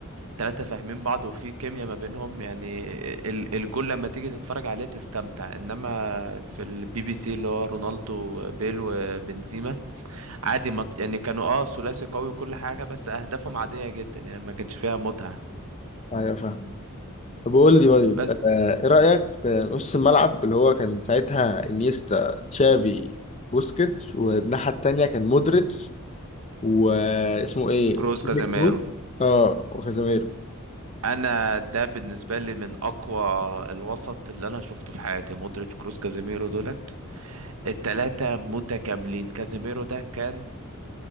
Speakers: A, on the right (about 80°); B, on the left (about 30°).
A: تلاتة فاهمين بعض وفي كيمياء ما بينهم يعني ال- الجول لما تيجي تتفرج عليه تستمتع انما في البي بي سي اللي هو رونالدو بيل وبنزيما عادي ما يعني كانوا اه ثلاثي قوي وكل حاجة بس اهدافهم عادية جدا يعني ما كانش فيها متعة
B: ايوه فاهم طب قول لي طيب
A: بس
B: آه، ايه رايك في نص الملعب اللي هو كان ساعتها انيستا تشافي بوسكيتش والناحيه التانيه كان مودريتش واسمه ايه؟
A: كروز
B: توني
A: كازاميرو
B: كروس، اه وكازاميرو
A: انا ده بالنسبة لي من اقوى الوسط اللي انا شفته في حياتي مودريتش كروز كازاميرو دولت التلاتة متكاملين كازيميرو ده كان